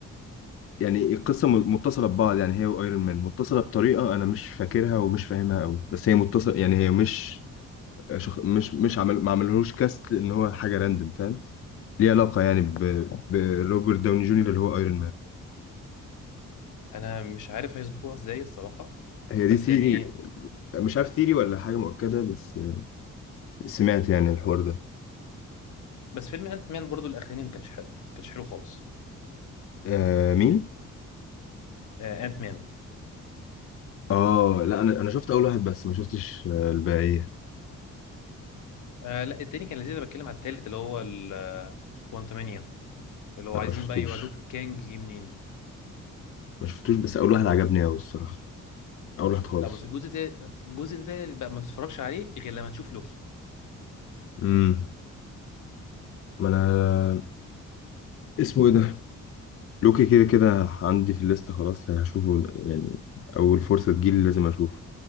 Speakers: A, on the left; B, on the left.
A: يعني القصة م- متصلة ببعض يعني هي وايرون مان متصلة بطريقة انا مش فاكرها ومش فاهمها قوي بس هي متصلة يعني هي مش شخ... مش مش عمل ما عملهوش كاست ان هو حاجة راندم فاهم ليه علاقة يعني ب... بروبرت داوني جونيور اللي هو ايرون مان
B: أنا مش عارف هيظبطوها إزاي الصراحة
A: هي
B: بس
A: دي ثيري
B: يعني
A: مش عارف ثيري ولا حاجة مؤكدة بس سمعت يعني الحوار ده
B: بس فيلم أنت مان برضو الأخراني ما كانش حلو ما كانش حلو خالص
A: آه مين
B: آه، أنت مان
A: اه لا انا انا شفت اول واحد بس ما شفتش آه، الباقية
B: آه لا التاني كان لذيذ أنا بتكلم على التالت اللي هو كوانتمانيا اللي هو
A: لا
B: عايزين
A: ما شفتوش
B: بقى يوروك كانج جه منين
A: ما شفتوش بس اول واحد عجبني قوي الصراحة اول واحد خالص
B: لا بص الجزء ده الجزء ده بقى ما تتفرجش عليه غير لما تشوف لوكي
A: امم ما انا اسمه ايه ده لوكي كده كده عندي في الليسته خلاص هشوفه يعني اول فرصه تجيلي لازم اشوفه